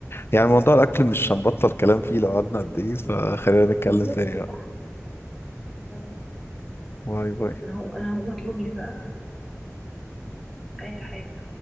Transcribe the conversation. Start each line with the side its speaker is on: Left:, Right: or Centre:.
Left: يعني موضوع الأكل مش هنبطل كلام فيه لو قعدنا قد إيه فخلينا نتكلم
Centre: بالظبط
Left: تاني بقى
Centre: صح آه.
Left: باي باي
Centre: أنا هو أنا هقوم أطلب لي بقى أي حاجة